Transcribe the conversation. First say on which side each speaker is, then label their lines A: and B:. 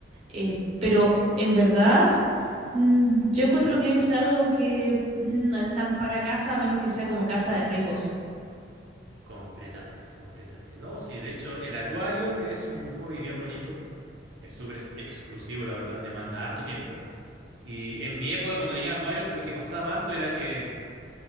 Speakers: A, on the right; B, on the right.
A: Eh, pero en verdad, mm, yo encuentro que es algo que no es tan para casa, a menos que sea como casa de ricos.
B: Completamente, completamente. No, sí, de hecho, el acuario es un hobby bien bonito. Es súper ex- exclusivo, la verdad, demanda harto tiempo. Y en mi época, cuando tenía acuario, lo que pasaba harto era que